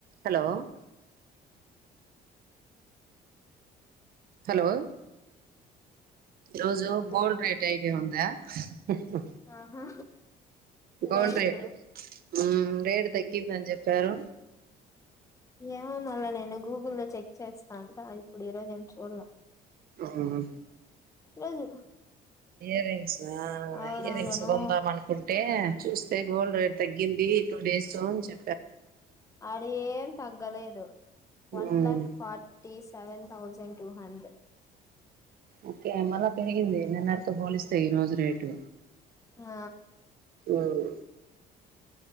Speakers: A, on the right; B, on the left.
A: Hello hello ఈ రోజు
B: hello
A: gold rate idea ఉందా? హుహ్
B: ఆహా
A: గోల్డ్
B: లేదు
A: రేటు మ్ రేటు తగ్గిందని చెప్పారు.
B: ఏమో మళ్ళా నేను గూగుల్లో లో చెక్ చేస్తా అంట ఇప్పుడు ఈరోజు ఏం చూడల
A: ఆవునా
B: రోజు
A: ఇయర్ రింగ్స
B: అవునవునును
A: ఇయర్ రింగ్స్ కొందాం అనుకుంటే చూస్తే గోల్డ్ రేట్ తగ్గింది టూ డేస్ చె
B: అడ ఏం తగ్గలేదు వన్
A: మ్మ్
B: lakh forties seven thousand two hundred
A: okay మళ పెరిగింది నిన్నటితో పోలిస్తే ఈ రోజు రేటు
B: ఆ
A: మ్మ్